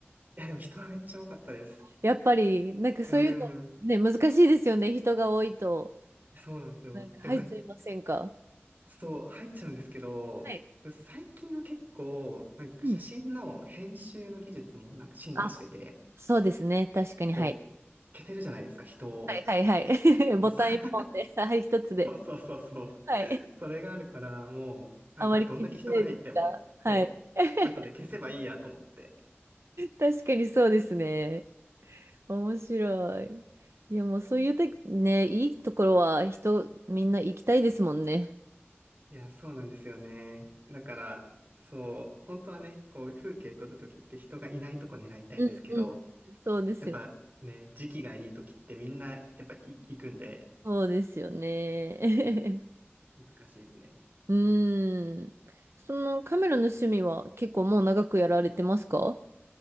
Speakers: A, on the right (about 40°); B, on the right (about 70°).
A: いや、でも人はめっちゃ多かったです。
B: やっぱり、なんかそういうの、
A: うん。
B: ね、難しいですよね。人が多いと。
A: そうなんですよ。
B: なんか入っちゃいませんか
A: でもなんそう、入っちゃうんですけど、
B: はい。
A: 最近は結構、なんか写真の編集の技術もなんか進化してて、
B: うん。あ、そうですね。確かに、
A: こ
B: はい。
A: う、消せるじゃないですか、人を。
B: はいはいはい。<laughs> ボタン一本で、
A: そうそ <laughs>
B: はい、一つで。
A: そうそうそうそう。
B: はい。
A: それがあるから、もう、
B: あまり気にしないですかはい。
A: なんかどんだけ人が入っても、そう、
B: <laughs>
A: 後で消せばいいやと思って。
B: 確かにそうですね。面白い。いや、もうそういうて、ね、いいところは人、みんな行きたいですもんね。
A: いや、そうなんですよね。だから、そう、本当はね、こう、風景撮るときって人がいないとこ狙いたいんですけど、
B: うんうん。そうですよ。
A: やっぱね、時期がいいときってみんな、やっぱい行くんで、
B: そうですよね。
A: 難しいですね。
B: <laughs> うーん。そのカメラの趣味は結構もう長くやられてますか